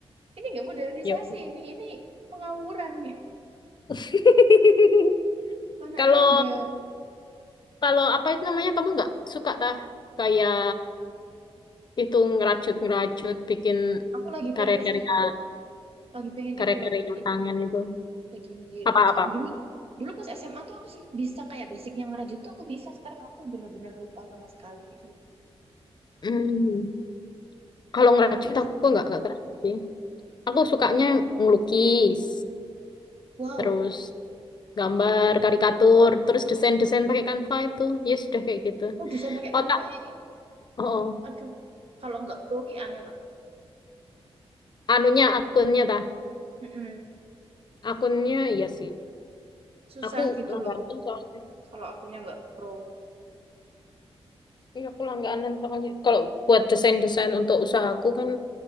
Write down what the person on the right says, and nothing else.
Ini nggak modernisasi
ini, ini pengawuran ya.
Mana
ada.
Aku lagi
pengen sih, lagi pengen
itu lagi
lagi
rencana dulu. Dulu pas SMA tuh aku sih bisa kayak basicnya ngerajut tuh aku bisa. Sekarang aku bener-bener lupa sama sekali gitu. loh.
Dulu masih
bisa.
Wow,
oh desain pakai
Canva ini.
Aduh, kalau nggak pro ki aneh loh.
Mm-mm.
susah
gitu
loh
kalau akunya nggak pro.